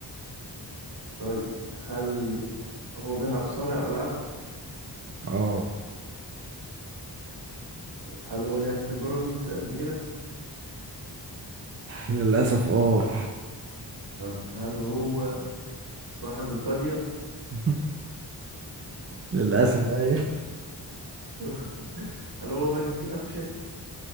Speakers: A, on the right; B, on the right.
A: طيب هل هو بيلعب صانع ألعاب؟
B: اه
A: طب هل هو لعب في بيراميدز قبل كده؟
B: للأسف اه
A: طب هل هو صاحب القضية
B: <laughs> للأسف ايوه
A: <laughs> هل هو مجدي قفشة